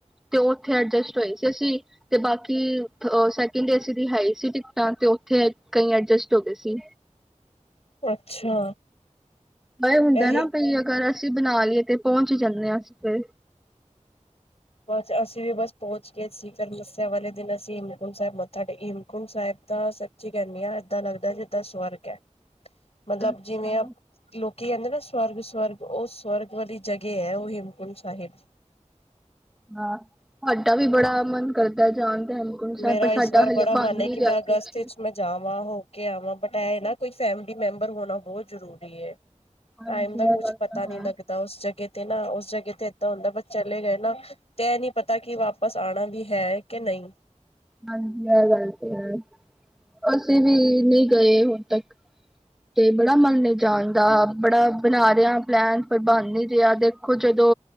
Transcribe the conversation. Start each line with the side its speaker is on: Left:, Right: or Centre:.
Centre: ਤੇ ਓਥੇ ਐਡਜਸਟ ਟ ਹੋਏ ਸੀ ਅਸੀ ਤੇ ਬਾਕੀ ਸੈਕਿੰਡ ਏ ਸੀ ਦੀ ਹੈ ਈ ਸੀ ਟਿਕਟਾਂ ਤੇ ਓਥੇ ਕਈ ਐਡਜਸਟ ਹੋ ਗੇ ਸੀ
Left: ਅੱਛਾ।
Centre: ਇਹ ਹੁੰਦਾ
Left: ਇਹੀ
Centre: ਨਾ ਬ ਅਗਰ ਅਸੀਂ ਬਣਾ ਲਈਏ ਤੇ ਪਹੁੰਚ ਜਾਂਦੇ ਨ ਆਸੀਪਏ
Left: ਬਸ ਅਸੀਂ ਵੀ ਬਸ ਪਹੁੰਚ ਗਏ ਸੀ ਫਿਰ ਮੱਸਿਆ ਵਾਲੇ ਦਿਨ ਅਸੀਂ ਹੇਮਕੁੰਟ ਸਾਹਿਬ ਮੱਥਾ ਟੇ ਹੇਮਕੁੰਟ ਸਾਹਿਬ ਤਾਂ ਸੱਚੀ ਕਹਿੰਦੇ ਹਾਂ ਏਦਾਂ ਲੱਗਦਾ ਏਦਾਂ ਸਵਰਗ ਹੈ ਮਤਲਬ
Centre: ਅੱਛਾ।
Left: ਜਿਵੇਂ ਲੋਕ ਕੀ ਕਹਿੰਦੇ ਨਾ ਸਵਰਗ ਸਵਰਗ ਉਹ ਸਵਰਗ ਵਾਲੀ ਜਗ੍ਹਾ ਹੈ ਉਹ ਹੇਮਕੁੰਟ ਸਾਹਿਬ
Centre: ਹਾਂ ਤੁਡਾ ਵੀ ਬੜਾ ਮਨ ਕਰਦਾ ਜਾਣ ਦਾ ਹੇਮਕੁੰਟ ਸਾਹਿਬ
Left: ਮੇਰਾ
Centre: ਪਰ
Left: ਇਸ
Centre: ਸਾਡਾ
Left: ਵਾਰ
Centre: ਹਲੇ
Left: ਬੜਾ
Centre: ਬਣ
Left: ਮਨ ਏ
Centre: ਨੀ
Left: ਕਿ
Centre: ਰਿਹਾ
Left: ਮੈਂ ਅਗਸਤ
Centre: ਕੁਛ
Left: ਵਿੱਚ ਮੈਂ ਜਾਵਾਂ ਹੋ ਕੇ ਆਵਾਂ ਬਟ ਐਏ ਨਾ ਕੋਈ ਫੈਮਿਲੀ ਮੈਂਬਰ ਹੋਣਾ ਬਹੁਤ ਜ਼ਰੂਰੀ ਏ
Centre: ਹਾਂਜੀ
Left: ਟਾਈਮ ਦਾ
Centre: ਇਹ
Left: ਕੁਛ
Centre: ਗੱਲ
Left: ਪਤਾ
Centre: ਤਾਂ
Left: ਨਹੀਂ
Centre: ਹੈ
Left: ਲੱਗਦਾ ਉਸ ਜਗ੍ਹਾ ਤੇ ਨਾ ਉਸ ਜਗ੍ਹੇ ਤੇ ਇਏਦਾਂ ਹੁੰਦਾ ਬ ਚਲੇ ਗਏ ਨਾ ਤੇ ਇਹ ਨੀ ਪਤਾ ਕਿ ਵਾਪਸ ਆਉਣਾ ਵੀ ਹੈ ਕਿ ਨਹੀਂ
Centre: ਹਾਂਜੀ ਇਹ ਗੱਲ ਤੇ ਹੈ ਅਸੀਂ ਵੀ ਨਹੀਂ ਗਏ ਹੁਣ ਤੱਕ ਤੇ ਬੜਾ ਮੰਨੇ ਜਾਣ ਦਾ ਬੜਾ ਬਣਾ ਰਿਹਾ ਪਲੈਨ ਪ੍ਰਬੰਧ ਨਹੀਂ ਰਿਹਾ ਦੇਖੋ ਜਦੋਂ